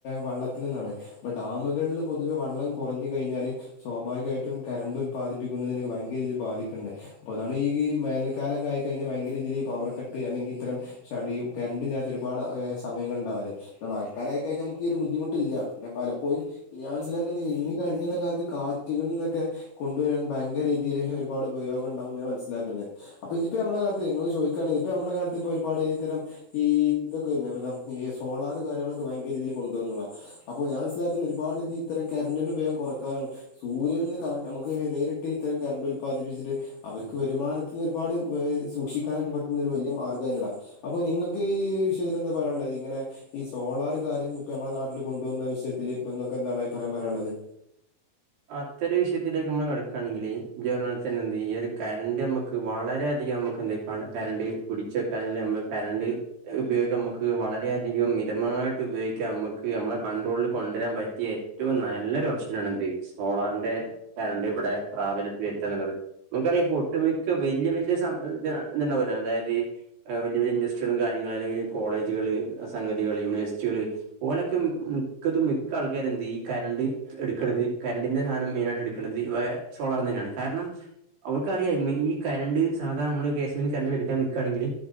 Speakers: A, on the left; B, on the right.
A: വള്ളത്തിൽ നിന്നാണ് അപ്പൊ ഡാമുകളിൽ പൊതുവെ വള്ളം കുറഞ്ഞു കഴിഞ്ഞാല് - സ്വാഭാവികമായിട്ടും കരണ്ടും ഉൽ - ൽപ്പതിപ്പിക്കുന്നതിന് ഭയങ്കരീതിയിൽ ബാധിക്കുന്നുണ്ട് അപ്പോ അതാണ് ഈ വേനൽക്കാലക്കെ ആയി കഴിഞ്ഞാൽ ഭയങ്കരീതിയിൽ പവർ കട്ട് അല്ലെങ്കിൽ- ഇത്തരം ചടിയും കറണ്ട് ഇല്ലാത്ത ഒരുപാട് സമയങ്ങള് ഉണ്ടാവില്ലേ പിന്നെ മഴക്കാലയായി കഴിഞ്ഞാൽ നമുക്ക് ഈ ഒരു ബുദ്ധിമുട്ടില്ല പിന്നെ പലപ്പോഴും ഞാൻ മനസിലാക്കുന്നത് ഇനി കഴിഞ്ഞ കാലത്ത് കാറ്റുകളിൽ നിന്നൊക്കെ കൊണ്ടുവരാൻ ഭങ്കര രീതിയില് ഒരുപാട് ഉപയോഗം ഉണ്ടാവും എന്ന് ഞാൻ മനസ്സിലാക്കുന്നത് അപ്പൊ ഇനിയിപ്പോ നമ്മളേ കാലത്ത് നിങ്ങൾ ചോദിക്കുകയാണെങ്കിൽ ഇപ്പ നമ്മളേ കാലത്ത്- ഇപ്പോ ഒരുപാട് ഇത്തരം ഈ ഇതൊക്കെ ഇല്ലേ മറ്റേ ഈ സോളാർ കാര്യങ്ങളൊക്കെ ഭയങ്കര രീതിൽ കൊണ്ടുവന്നുള്ള അപ്പൊ ഞാൻ മനസ്സിലാക്കുന്ന ഒരുപാട് ഇത്തരം കരണ്ടറിന് ഉപയോഗം കുറക്കാനാണ് സൂര്യൻ നിന്ന് നമുക്ക് നേരിട്ട് ഇത്തരം കറണ്ട് ഉല്പാദിപ്പിച്ചിട്ട് അവർക്ക് വരുമാനത്തിന്ന് ഒരുപാട്- ഈ സൂക്ഷിക്കാനൊക്കെ പറ്റുന്ന ഒരു വലിയ - അപ്പൊ നിങ്ങൾക്ക് ഈ വിഷയത്തിൽ എന്താ പറയാനുള്ളത് ഇങ്ങനെ ഈ സോളാർ കാര്യം ഇപ്പൊ നമ്മളെ നാട്ടിൽ കൊണ്ടു വന്ന വിഷയത്തില് ഇപ്പൊ നിങ്ങക്ക് എന്താണ് അഭിപ്രായം പറയാനുള്ളത്
B: അത്തൊരു വിഷയത്തിലേക്ക് നമ്മള് കടക്കുകയാണെങ്കില് നീ പറഞ്ഞവെച്ചാ തന്നെ എന്ത് ഈ ഒരു കരണ്ട് നമ്മുക്ക് വളരെയധികം നമുക്ക് എന്ത് കരണ്ട് പിടിച്ചെക്കാൻ നമ്മക്ക്‌ കരണ്ട് ഉപയോഗിക്ക നമുക്ക് വളര അധികം മിതമായിട്ട് ഉപയോഗിക്കാം നമ്മക്ക് നമ്മളെ കൺട്രോളിൽ കൊണ്ടുവരാൻ പറ്റിയ ഏറ്റവും നല്ലൊരു ഓപ്ഷനാണ് ഇത് സോളാറിന്റെ കറണ്ട് ഇവിടെ പ്രാബലത്തിൽ വരുത്താ എന്നുള്ളത് നമുക്കറിയാം ഇപ്പൊ ഒട്ടുമിക്ക വലിയ വലിയ സംഭ ഇതുണ്ടാവല്ലോ അതായത് വല്യ വല്യ ഇൻഡസ്ട്രികളും കാര്യങ്ങള അല്ലെങ്കിൽ കോളേജുകള് സംഗതികള് യൂണിവേഴ്സിറ്റികള് ഓനോക്കെ മിക്കതും മിക്ക ആൾക്കാര എന്ത് ഈ കറണ്ട് എടുക്കണത് കരണ്ടിന്റെ സാധനം മെയിനാട്ട് എടുക്കണുന്നത് ഈ സോളാർന്ന് തന്നെയാണ് കാരണം അവര്ക്കറിയാം ഈ കറണ്ട് സാധാരണ നമ്മള് കെ സി ബി ന്ന് കറണ്ട് മേടിക്കാൻ നിക്കുകയാണെങ്കിൽ